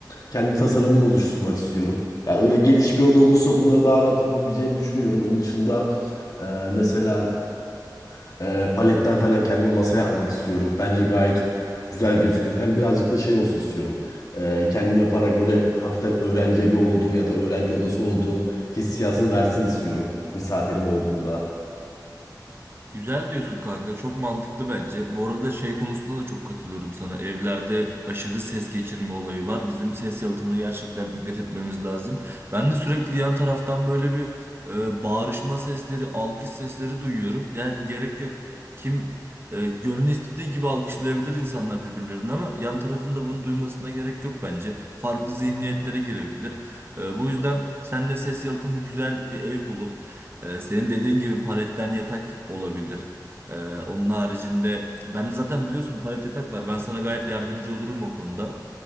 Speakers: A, on the left (about 55°); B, on the right (about 30°).
A: kendi tasarımımı oluşturmak istiyorum. Ya öyle geniş bir oda olursa bunları daha rahat yapabileceğimi düşünüyorum. Onun dışında e, mesela ee, paletten falan kendime masa yapmak istiyorum. Bence gayet güzel gözükür. Hem birazcık da şey olsun istiyorum. Ee, kendim yaparak böyle hafiften öğrenci evi olduğu ya da öğrenci odası olduğu hissiyatını versin istiyorum misafirim olduğunda.
B: Güzel diyorsun kanka. Çok mantıklı bence. Bu arada şey konusunda da çok katılıyorum sana. Evlerde aşırı ses geçirme olayı var. Bizim ses yalıtımına gerçekten dikkat etmemiz lazım. Ben de sürekli yan taraftan böyle bir e, bağırışma sesleri, alkış sesleri duyuyorum. Yani gerek yok. Kim e, gönlü istediği gibi alkışlayabilir insanlar birbirlerini ama yan tarafında bunu duymasına gerek yok bence. Farklı zihniyetlere girebilir. E, bu yüzden sen de ses yalıtımı güzel bir ev bulup ee, senin dediğin gibi paletten yatak olabilir. Ee, onun haricinde ben de zaten biliyorsun palet yatak var. Ben sana gayet yardımcı olurum o konuda.